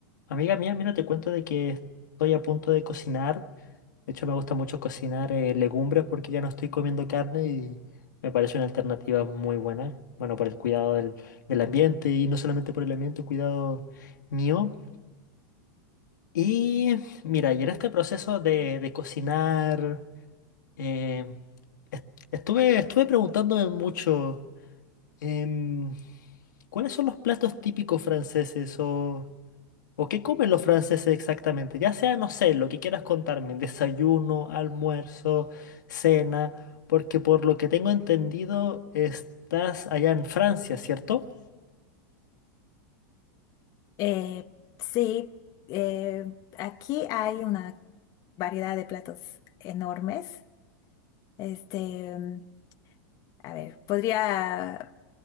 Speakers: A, on the left; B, on the left.
A: Amiga mía, mira, te cuento de que estoy a punto de cocinar. De hecho, me gusta mucho cocinar eh, legumbres porque ya no estoy comiendo carne y me parece una alternativa muy buena. Bueno, por el cuidado del, del ambiente y no solamente por el ambiente, el cuidado mío. Y mira, y en este proceso de, de cocinar, eh, estuve, estuve preguntándome mucho. Em, ¿cuáles son los platos típicos franceses o, o qué comen los franceses exactamente? Ya sea, no sé, lo que quieras contarme, desayuno, almuerzo, cena, porque por lo que tengo entendido estás allá en Francia, ¿cierto?
B: Eh, sí, eh, aquí hay una variedad de platos enormes. Este, mm, a ver, podría